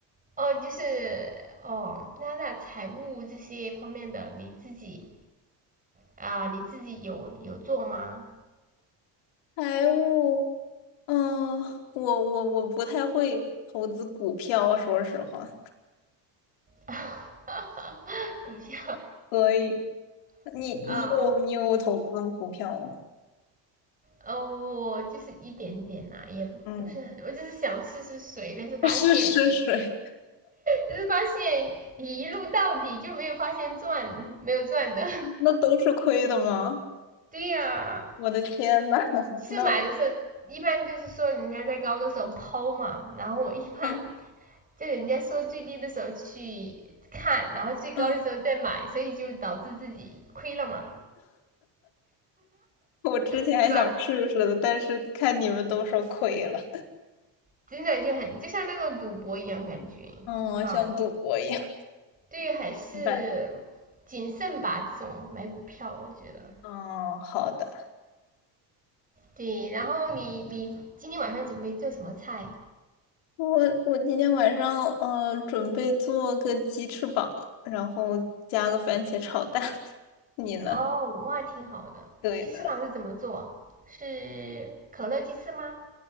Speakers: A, on the right; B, on the left.
A: 哦，就是哦，那那财务这些方面的你自己啊、你自己有有做吗？
B: 财务，嗯、我我我不太会投资股票，说实话。
A: <laughs> 股票，
B: 所以。
A: <laughs>
B: 你你有你有投资股票吗？
A: 啊、呃，我就是一点点啦、也不不是很，
B: 嗯，
A: 我就是想试试水，但是发现
B: <laughs> 试试水，
A: 就是发现一路到底就没有发现赚，没有赚的。
B: 那都是亏的吗？
A: <laughs> 对呀、啊
B: 我的天呐，<laughs>
A: 其实买的时候一般就是说人家在高的时候抛嘛，
B: 那我
A: 然后我一般
B: 嗯
A: 在人家说最低的时候去看，然后最高的时候再买，
B: 嗯，
A: 所以就导致自己亏了嘛，
B: 我之前还想试试的，
A: 是吧？
B: 但是看你们都说亏了，
A: 真的就很就像那种赌博一样感觉，
B: 嗯，我像赌博一样。
A: 哈。对于还是
B: 明白。
A: 谨慎吧，这种买股票我觉得。
B: 嗯，好的。
A: 对，然后你你今天晚上准备做什么菜？
B: 我我今天晚上呃准备做个鸡翅膀，然后加个番茄炒蛋。<laughs> 你呢？
A: 哦，哇，挺好的。
B: 对的。
A: 鸡翅膀是怎么做？是可乐鸡翅吗？